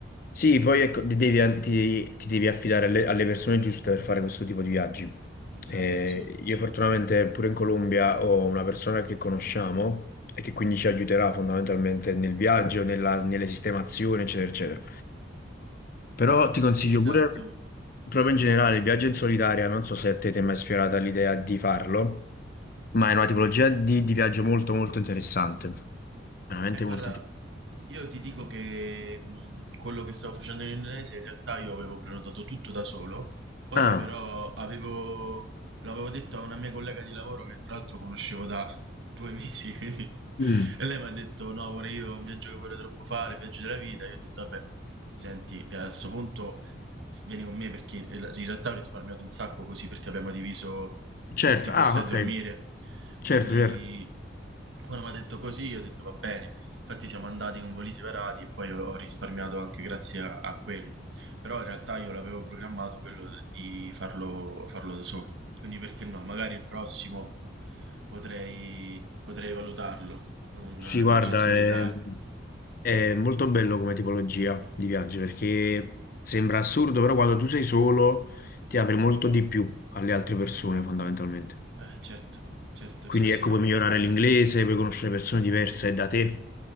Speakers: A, on the left; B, on the right.
A: Sì, poi ecco, ti devi, ti- ti devi affidare alle, alle persone giuste per fare questo tipo di viaggi.
B: Esatto,
A: Eh,
B: sì.
A: io fortunatamente pure in Colombia ho una persona che conosciamo e che quindi ci aiuterà fondamentalmente nel viaggio, nella- nelle sistemazioni, eccetera, eccetera. Però ti
B: Eh
A: consiglio
B: sì, esatto.
A: pure, proprio in generale, il viaggio in solitaria, non so se a te ti è mai sfiorata l'idea di farlo, ma è una tipologia di, di viaggio molto molto interessante. Veramente
B: Eh, guarda,
A: molto interessante.
B: io ti dico che mh, quello che stavo facendo in Indonesia in realtà io avevo prenotato tutto da solo, poi
A: Ah,
B: però avevo, l'avevo detto a una mia collega di lavoro che tra l'altro conoscevo da due mesi, <laughs> quindi,
A: mm,
B: e lei mi ha detto no, vorrei io un viaggio che vorrei troppo fare, un viaggio della vita, io ho detto vabbè, senti, eh, a sto punto vieni con me perché in realtà ho risparmiato un sacco così perché abbiamo diviso
A: certo,
B: tutti i posti
A: ah,
B: a
A: ok.
B: dormire.
A: Certo,
B: Quindi
A: certo.
B: quando mi ha detto così, ho detto va bene. Infatti siamo andati con voli separati e poi ho ho risparmiato anche grazie a, a quello. Però in realtà io l'avevo programmato quello de- di farlo, farlo da solo. Quindi perché no? Magari il prossimo potrei, potrei valutarlo, un
A: Sì,
B: eh,
A: guarda,
B: viaggio in solitario.
A: è, è molto bello come tipologia di viaggio perché sembra assurdo, però quando tu sei solo ti apri
B: Mm.
A: molto di più alle altre persone, fondamentalmente.
B: Eh, certo, certo,
A: Quindi
B: sì, sì.
A: ecco, puoi migliorare l'inglese, puoi conoscere persone diverse da te.